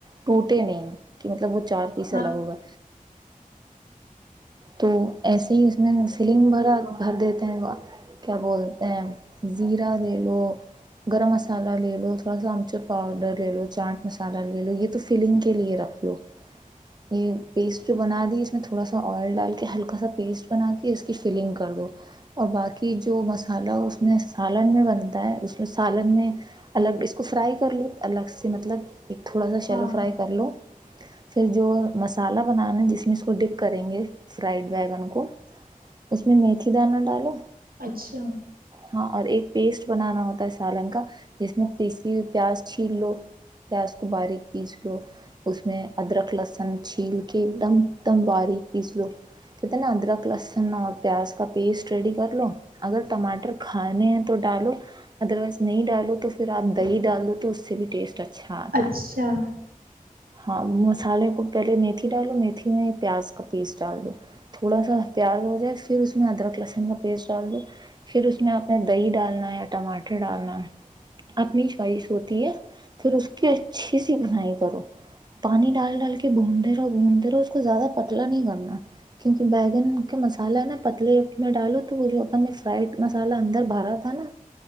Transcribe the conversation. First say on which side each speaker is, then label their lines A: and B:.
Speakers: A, on the right; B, on the right.
A: ٹوٹے نہیں کی مطلب وہ چار پیس
B: ہاں
A: الگ ہوگا تو ایسے ہی اس میں سلنگ وغیرہ بھر دیتے ہیں کیا بولتے ہیں زیرا لے لو گرم مسالہ لے لو تھوڑا سا امچور پاؤڈر لے لو چاٹ مسالہ لے لو یہ تو فلنگ کے لیے رکھ لو یہ پیسٹ جو بنا دی اس میں تھوڑا سا آئل ڈال کے ہلکا سا پیسٹ بنا کے اس کی فلنگ کر دو اور باقی جو مسالہ اس میں سالن میں بنتا ہے اس سالن میں الگ اس کو فرائی کر لو الگ سے مطلب ایک تھوڑا سا شیلو
B: ہاں
A: فرائی کر لو پھر جو مسالہ بنانا جس میں اس کو ڈپ کریں گے فرائڈ بیگن کو اس میں میتھی دانا ڈالو
B: اچھا
A: ہاں اور ایک پیسٹ بنانا ہوتا ہے اس سالن کا جس میں پیسی ہو پیاز چھیل لو پیاز کو باریک پیس لو اس میں ادرک لہسن چھیل کے ایک دم دم باریک پیس لو کہتے ہیں نا ادرک لہسن اور پیاز کا پیسٹ ریڈی کر لو اگر ٹماٹر کھانے ہیں تو ڈالو ادر وائز نہیں ڈالو تو پھر آپ دہی ڈال دو تو اس سے بھی ٹیسٹ اچھا آتا
B: اچھا
A: ہے ہاں مسالے کو پہلے میتھی ڈالو میتھی میں پیاز کا پیسٹ ڈال دو تھوڑا سا پیاز ہو جائے پھر اس میں ادرک لہسن کا پیسٹ ڈال دو پھر اس میں اپنا دہی ڈالنا یا ٹماٹر ڈالنا اپنی چوائس ہوتی ہے پھر اس کی اچھی سی بنائی کرو پانی ڈال ڈال کے بھونتے رہو بھونتے رہو اس کو زیادہ پتلا نہیں کرنا کیونکہ بیگن کا مسالا ہے نا پتلے میں ڈالو تو وہ جو اپ فرائڈ مسالہ اندر بارا تھا نا